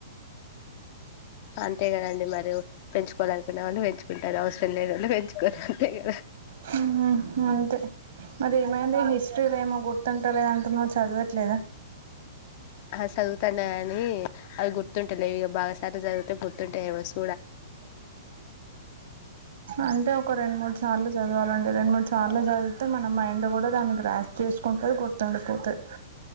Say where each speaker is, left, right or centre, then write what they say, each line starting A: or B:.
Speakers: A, on the left; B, on the right.
A: అంతే కదండి మరి పెంచుకోవాలనుకునే వాళ్ళు పెంచుకుంటారు అవసరం లే నోళ్ళు పెంచుకోరూ అంతే కదా
B: హుమ్ అంతే అది ఏమైంది హిస్టరీ లేమో గుర్తుంటా లేదంటున్నావ్ చదివ ట్ లేదా
A: ఆ చదువుతాన్నా గాని అవి గుర్తుంట లేవు ఇగ బాగా సార్లు చదివితే గుర్తుంటయి ఎమో స్
B: అంటే ఒక రెండు మూడు సార్లు చదవాలండి రెండు మూడు సార్లు చదివితే మన మైండ్ కూ డ దానికి గ్రాస్ చేసుకుంటది గుర్తుండిపోతది